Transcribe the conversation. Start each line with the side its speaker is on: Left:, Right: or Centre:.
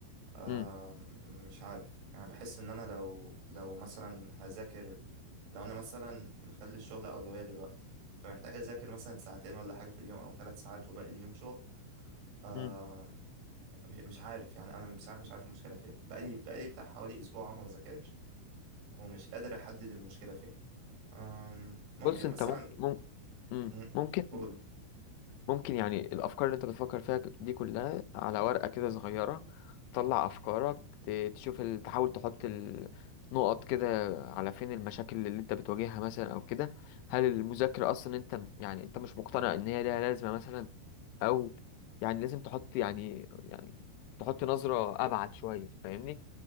Right: آه
Left: امم
Right: مش عارف يعني بحس إن أنا لو لو مثلا هذاكر لو أنا مثلا مخلي الشغل أولوية دلوقتي فمحتاج أذاكر مثلا ساعتين ولا حاجة في اليوم أو ثلاث ساعات وباقي اليوم شغل آه،
Left: امم.
Right: مش مش عارف يعني انا بصراحه مش عارف المشكله فين بقالي بقالي بتاع حوالي اسبوع أهو ما بذاكرش ومش قادر احدد المشكله فين أم، ممكن
Left: بص انت
Right: مثلا
Left: ممكن مم- مم،
Right: مم،
Left: ممكن
Right: قول مم،
Left: ممكن يعني الافكار اللي انت بتفكر فيها دي كلها على ورقه كده صغيره تطلع افكارك ت- تشوف ال... تحاول تحط النقط كده على فين المشاكل اللي انت بتواجهها مثلا او كده هل المذاكره اصلا انت يعني انت مش مقتنع ان هي ليها لازمه مثلا او يعني لازم تحط يعني يعني تحط نظره ابعد شويه فاهمني